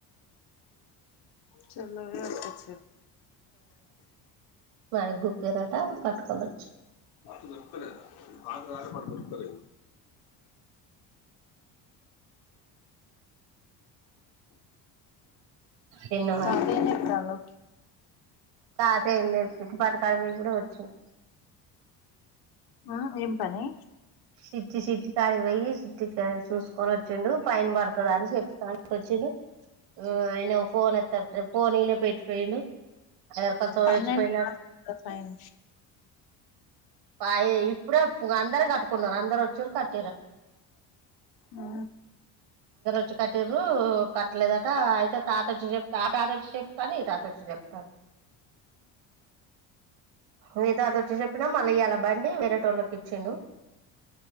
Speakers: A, on the left (about 60°); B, on the right (about 80°).
A: చెర్లకు పోయి పట్టుకొచ్చిండా
B: వాళ్లకు చిక్కిన వట పట్టుకొని వచ్చిండ్రు
A: వాళ్లకు దొరుకుతలేవా వాళ్లకు ఉ కుచ్చి
B: తిన్నవా
A: సౌండ్ తాత ఏం చెత్తాడు
B: తాత ఏం లేదు చిట్టి పాట కాడికి పోయి కూడా వచ్చిండు
A: ఆ ఏం పని
B: సిట్టి సిట్టి కాడికి పోయి సిట్టికి చూసుకొని వచ్చిండు పైన్ పడుతద అని చెప్కొచ్చిండు ఆ ఆయన ఫోన్ ఎత్తట్లే ఫోను ఇన్ని పెట్టి పోయిండు ఎవరి కొరకు పోయి
A: పన్నెండు
B: వచ్చి పోయిండు
A: కదా ఫైన్
B: పైయి ఇప్పుడే అందర కట్టుకున్నారు అందరు వచ్చి కట్టుకున్నరు
A: ఆ
B: వచ్చ కట్టిర్రు కట్టలేదట యితే తాత వచ్చి చెప్ ఆ తాత చెప్తని తాతడి చెప్ మీ తాత వచ్చి చెప్పిండు మా ఇయాల బండి వేరేటోళ్ళకి ఇచ్చిండు